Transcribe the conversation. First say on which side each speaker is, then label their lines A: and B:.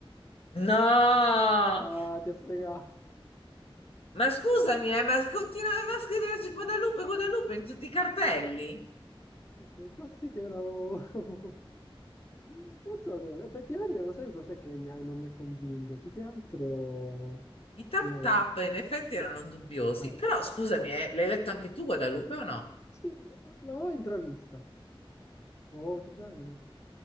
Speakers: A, on the left; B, on the left.
A: No!
B: Ah, ti ha fregato.
A: Ma scusami, eh, ma continuava a scriversi Guadalupe, Guadalupe in tutti i cartelli.
B: <laughs> Può darsi che erano... <laughs> Non so, però, effettivamente lo sai cos'è che mi ha- non mi ha convinto? Più che altro...
A: I tap
B: le-
A: tap in effetti erano dubbiosi.
B: ah,
A: Però scusami, eh, l'hai letto anche tu Guadalupe o no?
B: sì, l'ho intravista. Oh, che bello.